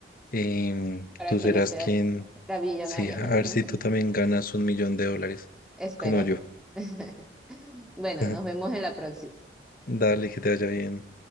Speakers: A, on the left; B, in the centre.
A: Em,
B: para
A: tú
B: que
A: serás
B: yo sea
A: quien
B: la millonaria.
A: Sí, a
B: <laughs>
A: ver si tú también ganas un millón de dólares,
B: Espero.
A: como yo.
B: <laughs> Bueno,
A: <laughs>
B: nos vemos en la próxima.
A: Dale, que te vaya bien.